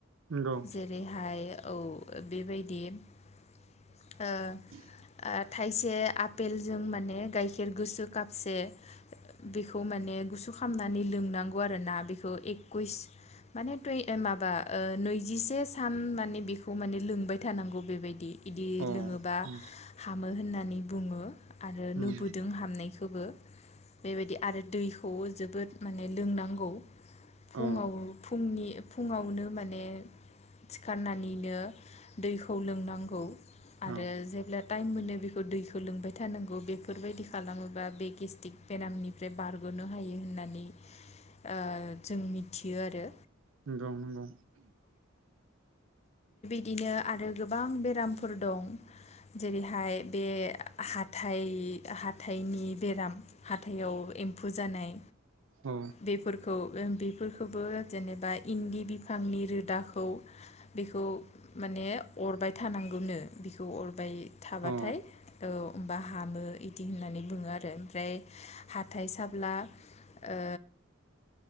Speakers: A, on the right; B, on the left.
A: नंगौ
B: जेरैहाय औ बेबायदि ओ
A: <inaudible>
B: ओ थाइसे आफपेलजों माने गाइखेर गोसो कापसे बेखौ माने गुसु खामनानै लोंनांगौ आरोना बेखौ एकुइस माने माबा नैजिसे सान माने बेखौ माने लोंबाय थानांगौ बेबायदि बिदि
A: अ
B: लोङोबा
A: उम
B: हामो होननानै बुङो आरो
A: उम
B: नुबोदों हामनायखौ खौबो बेबायदि आरो दैखौ जों जोबोद माने लोंनांगौ फुंङाव
A: औ
B: फुंनि फुंङावनो माने सिखारनानैनो दैखौ लोंनांगौ आरो
A: औ
B: जे टाइम मोनो बेखो दैखो लोंबाय थानांगो बेफोरबायदि खालामोबा बे गेस्टिक बेरामनिफ्राय बारगनो हायो होननानै ओ जों मिथियो आरो
A: नोंगौ नोंगौ
B: बिदिनो आरो गोबां बेरामफोर दं जेरैहाय बे हाथाइ हाथाइनि बेराम हाथाइाव एम्फौ जानाय
A: अ
B: बेफोरखौ ओम बेफोरखोबो जेनेबा इन्दि बिफांनि रोदाखौ बेखौ माने अरबाय थानांगौनो बेखौ अर बाय थाबाथाय
A: अ
B: औ बा हामो इदि होननानै बुंङो आरो ओमफ्राय हाथाइ साब्ला ओ